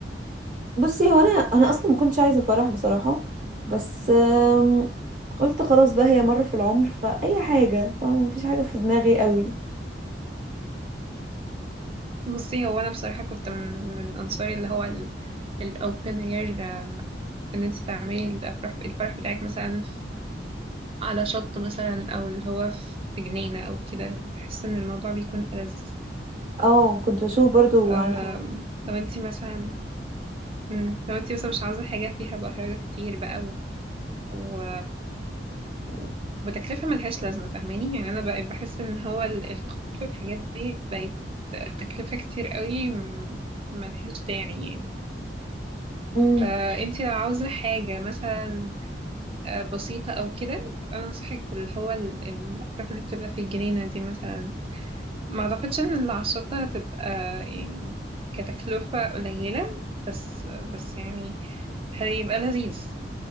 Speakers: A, on the right; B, on the right.
A: بصي هو انا انا اصلا ما كنتش عايزة فرح بصراحة بس آم، قلت خلاص بقى هي مرة في العمر فأي حاجة فما فيش حاجة في دماغي قوي
B: بصي هو أنا بصراحة كنت من من أنصاري اللي هو ال الأوبن اير ان انت تعملي الأفراح الفرح بتاعك مثلا على شط مثلا او اللي هو في في جنينة او كده بحس ان الموضوع بيكون ألذ
A: اه كنت بشوف برضو
B: آم،
A: عن الحوار
B: لو انتي مثلا مم، لو انتي مثلا مش عاوزة حاجة فيها بهرجة كتير بقى و... و... و- وتكلفة ملهاش لازمة فاهماني يعني انا بقى بحس ان هو ال- القطر والحاجات دي بقت تكلفة كتير قوي م- ملهاش داعي يعني
A: امم
B: فانتي لو عاوزة حاجة مثلا آه، بسيطة او كده انا انصحك اللي هو ال- الأفراح اللي بتبقى في الجنينة دي مثلا ما اعتقدش ان العشرة هتبقى يعني كتكلفة قليلة بس بس يعني هيبقى لذيذ